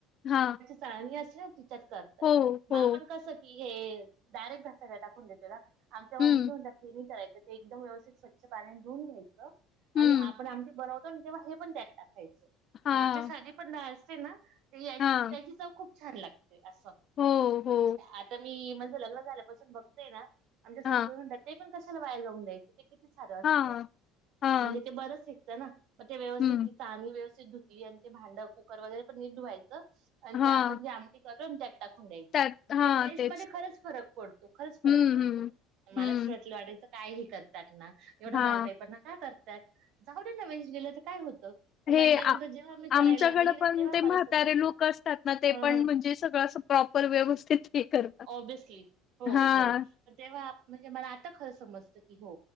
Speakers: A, on the left; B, on the right.
A: हां,
B: चाळणी असते ना तिच्यात करतात.
A: हो,
B: मग
A: हो,
B: आपण कसं की हे डायरेक्ट घासायला टाकून देतोय ना. आमच्या मम्मीजी
A: हं,
B: म्हणतात, ते नाहि करायचं ते एकदम व्यवस्थित स्वच्छ पाण्याने धुऊन घ्यायचं. आणि
A: हं,
B: आपण आमटी बनवतो ना, तेव्हा हे पण त्यात टाकायचं,
A: हां,
B: हा पण पण असते ना, त्याची,
A: हां,
B: त्याची चव खूप छान लागते. असं,
A: हो, हो,
B: आता मी माझं लग्न झाल्यापासून बघतोयना, आमच्या संस्कृती
A: हां,
B: ते पण कशाला वाया जाऊन द्यायचं, ते किती सारं असतं,
A: हां, हां,
B: म्हणजे ते बरंच निघतना. मग ते व्यवस्थित
A: हं,
B: ती चाळणी व्यवस्थित धुतली, आणि ते भांड, कुकर वगैरे पण नीट धुवायचं. आणि ते
A: हां.
B: आपण जे आमटी करतो ना त्यात टाकून द्यायचं.
A: त्यात हां
B: टेस्ट
A: तेच.
B: मध्ये खरंच फरक पडतो, खरंच फरक
A: हम्म,
B: पडतो.
A: हम्म.
B: मलाच
A: हम्म.
B: वाटलं कायही करतात ना, एवढा
A: हां.
B: बारकाई पना का करतात जाऊ द्याना वेस्ट गेलं तर काय होतं. पण
A: हे
B: नंतर नंतर जेव्हा मी करायला
A: आमच्याकडें
B: लागली ना
A: पण
B: तेव्हा
A: ते
B: मला
A: म्हातारे
B: समजलं
A: लोक असतात ना, ते
B: ह
A: पण
B: ह
A: म्हणजे सगळं प्रॉपर, व्यवस्थित हे करतात.
B: ऑब्व्हियसली. हो
A: हां,
B: हो पण तेव्हा म्हणजे मला आता खरं समजतं की हो